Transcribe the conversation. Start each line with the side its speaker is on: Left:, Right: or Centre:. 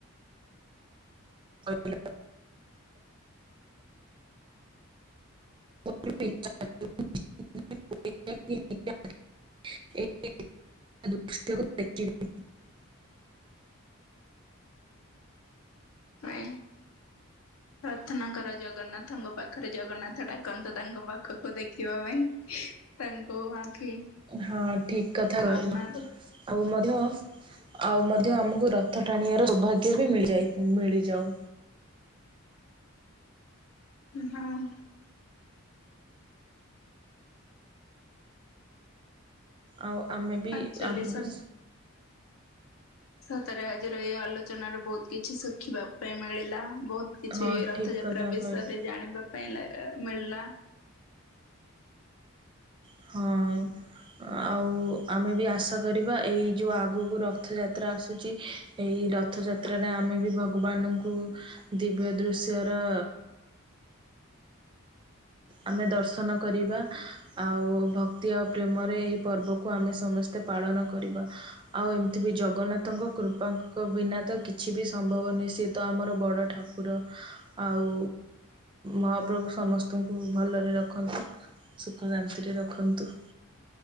Right: ହଁ <inaudible> <inaudible> <inaudible>
Left: ପାଇଁ ପ୍ରାର୍ଥନା କର ଜଗନ୍ନାଥଙ୍କ ପାଖରେ ଜଗନ୍ନାଥ ଡାକନ୍ତୁ ତାଙ୍କ ପାଖକୁ ଦେଖିବା ପାଇଁ। ତାଙ୍କୁ ଆଖି
Right: ହଁ ଠିକ୍ କଥା
Left: ସମ୍ନାଦେ-
Right: କହିଲ। ଆଉ ମଧ୍ୟ ଆଉ ମଧ୍ୟ ଆମୁକୁ ରଥ ଟାଣିବାର ସୌଭାଗ୍ୟ ବି ମିଳିଯାଇ ମିଳିଯାଉ।
Left: ଉଁ ହାଆଃ
Right: ଆଉ ଆମେ ବି
Left: ଆକ୍ଚୁଆଲି
Right: ଆମେ
Left: ସ
Right: ବି
Left: ସତରେ ଆଜିର ଏଇ ଆଲୋଚନ ର ବହୁତ୍ କିଛି ଶିଖିବା ପାଇଁ ମିଳିଲା ବହୁତ୍ କିଛି
Right: ହଁ
Left: ରଥଯାତ୍ରା
Right: ଠିକ୍ କଥା
Left: ବିଷୟରେ
Right: କହିଲ।
Left: ଜାଣିବା ପାଇଁ ମିଳିଲା
Right: ହଁ। ଆଉ ଆମେ ବି ଆଶା କରିବା ଏଇ ଯୋଉଁ ଆଗକୁ ରଥଯାତ୍ରା ଆସୁଛି ଏହି ରଥଯାତ୍ରାରେ ଆମେ ବି ଭଗବାନଙ୍କୁ ଦିବ୍ୟ ଦୃଶ୍ୟର ଆମେ ଦର୍ଶନ କରିବା। ଆଉ ଭକ୍ତି ଆଉ ପ୍ରେମରେ ଏଇ ପର୍ବକୁ ଆମେ ସମସ୍ତେ ପାଳନ କରିବା। ଆଉ ଏମିତି ବି ଜଗନ୍ନାଥଙ୍କ କୃପାଙ୍କ ବିନା ତ କିଛି ବି ସମ୍ଭବ ନୁହେଁ ସେ ତ ଆମର ବଡ଼ ଠାକୁର ଆଉ ମହାପ୍ରଭୁ ସମସ୍ତ ପ୍ରଭୁ ଭଲରେ ରଖନ୍ତୁ ସୁଖ ଶାନ୍ତିରେ ରଖନ୍ତୁ।